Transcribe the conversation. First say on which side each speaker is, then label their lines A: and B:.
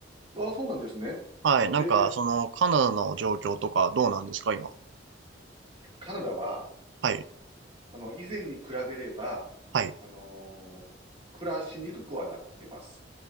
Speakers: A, on the right; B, on the right.
A: ああ、そうなんですね。
B: はい。なんか、
A: へえ、
B: その、カナダの状況とかどうなんですか、今。
A: カナダは、
B: はい。
A: あの、以前に比べれば、
B: はい。
A: あのー暮らしにくくはなっています。